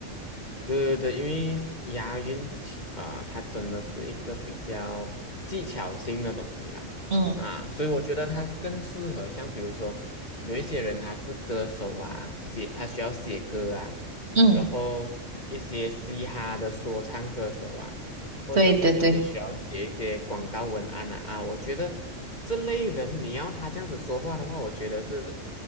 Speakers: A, on the left; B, on the right.
A: 对对对，因为押韵其啊、它真的是一个比较技巧性的东西啦，
B: 嗯
A: 啊，所以我觉得它更适合像比如说有一些人他是歌手啊，写他需要写歌啊，
B: 嗯，
A: 然后一些嘻哈的说唱歌手啊，或者说是你需要写一些广告文案啊，
B: 对对对，
A: 啊，我觉得这类人你要他这样子说话的话，我觉得是